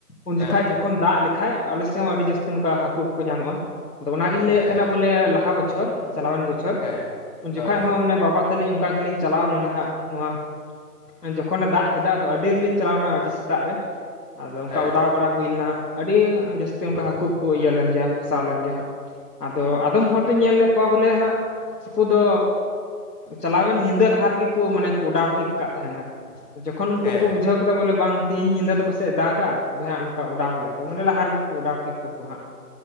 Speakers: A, on the left; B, on the left.
A: ᱩᱱ
B: ᱦᱮᱸ
A: ᱡᱚᱠᱷᱟᱡ
B: ᱦᱮᱸ
A: ᱡᱚᱠᱷᱚᱱ ᱫᱟᱜ ᱠᱷᱟᱡ ᱟᱞᱮᱥᱮᱫ ᱦᱚᱸ ᱟᱹᱰᱤ ᱡᱟᱹᱥᱛᱤ ᱱᱚᱝᱠᱟ ᱦᱟᱹᱠᱩ ᱠᱚ ᱧᱟᱢᱚᱜ-ᱟ ᱟᱫᱚ ᱚᱱᱟᱜᱤᱧ ᱞᱟᱹᱭᱮᱫ
B: ᱦᱮᱸ
A: ᱛᱟᱦᱮᱱᱟ ᱵᱚᱞᱮ ᱞᱟᱦᱟ ᱵᱚᱪ ᱵᱚᱪᱷᱚᱨ ᱪᱟᱞᱟᱣᱮᱱ ᱵᱚᱪᱷᱚᱨ
B: ᱦᱮᱸ
A: ᱩᱱ
B: ᱦᱳᱭ
A: ᱡᱚᱠᱷᱟ
B: ᱦᱳᱭ
A: ᱦᱚᱸ ᱢᱟᱱᱮ ᱵᱟᱵᱟ ᱛᱟᱹᱞᱤᱧ ᱚᱱᱠᱟ ᱜᱮᱞᱤᱧ ᱪᱟᱞᱟᱣ ᱞᱮᱱᱟ ᱦᱟᱸᱜ ᱱᱚᱣᱟ ᱡᱚᱠᱷᱚᱱᱮ ᱫᱟᱜ ᱠᱮᱫᱟ ᱟᱫᱚ ᱟᱹᱰᱤ ᱨᱮᱞᱤᱧ ᱪᱟᱞᱟᱣᱱᱟ ᱟᱹᱰᱤ ᱥᱤᱛ ᱥᱮᱛᱟᱜ ᱨᱮ ᱟᱫᱚ ᱚᱱᱠᱟ
B: ᱦᱮᱸ
A: ᱚᱰᱟᱣ ᱵᱟᱲᱟ ᱦᱩᱭ ᱱᱟ ᱾ ᱟᱹᱰᱤ ᱡᱟᱹᱥᱛᱤ ᱚᱱᱠᱟ ᱦᱟᱹᱠᱩ ᱠᱚ ᱤᱭᱟᱹ ᱞᱮᱱ ᱜᱮᱭᱟ ᱯᱷᱟᱥᱟᱣ ᱞᱮᱱ ᱜᱮᱭᱟ ᱦᱟᱸᱜ ᱟᱫᱚ ᱟᱫᱚᱢ ᱦᱚᱲ ᱫᱚᱧ ᱧᱮᱞ ᱞᱮᱫ ᱠᱚᱣᱟ ᱵᱚᱞᱮ ᱦᱟᱸᱜ ᱩᱱᱠᱩ ᱫᱚ ᱪᱟᱞᱟᱣᱮᱱ ᱧᱤᱫᱟᱹ ᱞᱟᱦᱟ ᱨᱮᱜᱮ ᱠᱚ ᱢᱟᱱᱮ ᱠᱚ ᱚᱰᱟᱣ ᱴᱷᱤᱠ ᱠᱟᱜ ᱛᱟᱦᱮᱱᱟ ᱡᱚᱠᱷᱚᱱ ᱩᱱᱠᱩ
B: ᱦᱮᱸ
A: ᱫᱚᱠᱚ
B: ᱦᱮᱸ
A: ᱵᱩᱡᱷᱟᱹᱣ ᱠᱮᱫᱟ ᱵᱚᱞᱮ ᱵᱟᱝ ᱛᱦᱤᱧ ᱧᱤᱫᱟᱹ ᱫᱚ ᱯᱟᱥᱮᱡ ᱫᱟᱜ ᱟ ᱛᱚᱵᱮ ᱦᱟᱸᱜ ᱱᱚᱝᱠᱟ ᱚᱰᱟᱣ ᱦᱩᱭᱩᱜ-ᱟ ᱛᱚᱵ ᱢᱟᱱᱮ ᱞᱟᱦᱟ ᱨᱮᱜᱮ ᱠᱚ ᱚᱰᱟᱣ ᱴᱷᱤᱠ ᱠᱟᱠᱚ ᱦᱟᱸᱜ